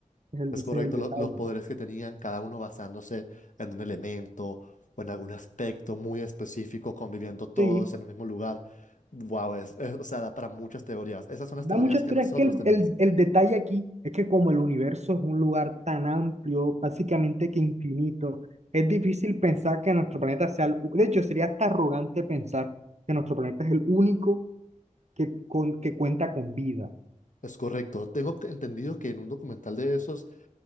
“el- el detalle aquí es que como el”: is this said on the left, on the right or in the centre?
Right